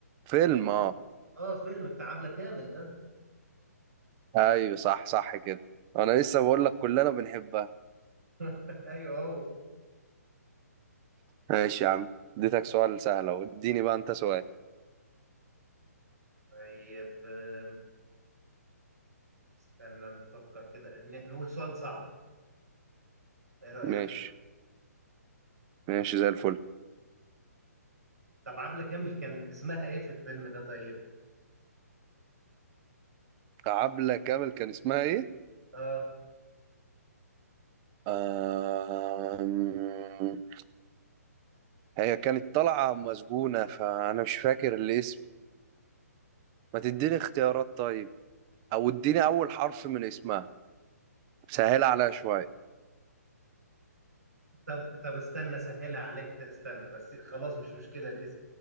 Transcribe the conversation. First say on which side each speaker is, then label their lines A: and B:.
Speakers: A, on the right; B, on the right.
A: فيلم
B: مش عارف
A: اه
B: اه فيلم بتاع عبلة كامل ده
A: ايوه صح صح كده انا لسه بقول لك كلنا بنحبها
B: <laughs> ايوه هو
A: ماشي يا عم اديتك سؤال سهل اهو اديني بقى انت سؤال
B: طيب آم، استنى نفكر كده ن- نقول سؤال صعب ايه رأيك
A: ماشي ماشي زي الفل
B: طب عبلة كامل كان اسمها ايه في الفيلم ده طيب
A: عبلة كامل كان اسمها ايه
B: اه
A: آم... هي كانت طالعة مسجونة فانا مش فاكر الاسم ما تديني اختيارات طيب او اديني اول حرف من اسمها سهل عليها شوية
B: طب طب استنى سهلها عليك ت- استنى بس خلاص مش مشكلة الاسم